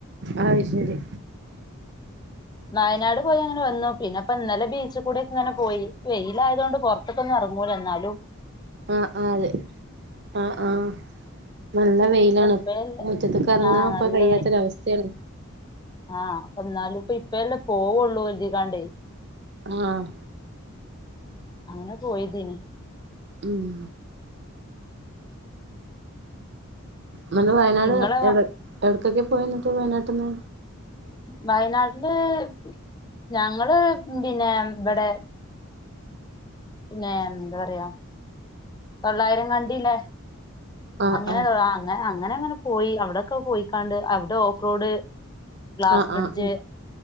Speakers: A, on the right; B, on the left.
A: അത് ശരി
B: വയനാട് പോയി ഞങ്ങള് വന്നു പിന്നെപ്പോ ഇന്നലെ ബീച്ച് കൂടൊക്കെ ഇങ്ങനെ പോയി വെയിലായത് കൊണ്ട് പൊറത്ത്ക്കൊന്നും എറങ്ങൂല ഇന്നാലും
A: ആ ആ അതെ ആ ആഹ് നല്ല വെയിലാണ്
B: അപ്പ ഇപ്പഴല്ലേ
A: മുറ്റത്തക്ക് എറങ്ങാ
B: ആ നല്ല
A: ഇപ്പ കഴിയാത്തൊരവസ്ഥയാണ്
B: ആഹ് അപ്പ എന്നാലും ഇപ്പ ഇപ്പഴല്ലേ പോവുള്ളൂ <unintelligible>
A: ആഹ്
B: അങ്ങന പോയതേനീ
A: ഉം നിങ്ങള് വയനാട്
B: നിങ്ങള്
A: എവിടെ എവിടക്കൊക്കെ <unintelligible> വയനാട്ടിന്ന്
B: വയനാട് <unintelligible> ഞങ്ങള് പിന്നെ ഇബടെ പിന്നെ എന്താ പറയാ തൊള്ളായിരം കണ്ടില്ലേ
A: ആഹ്
B: അങ്ങനെ
A: ആഹ്
B: അങ്ങനാ അങ്ങനെ അങ്ങനെ പോയി അവിടൊക്കെ പോയിക്കാണ്ട് അവിടെ ഓഫ്റോഡ് ഗ്ലാസ്
A: ആഹ്
B: ബ്രിഡ്ജ്
A: ആഹ് ഉം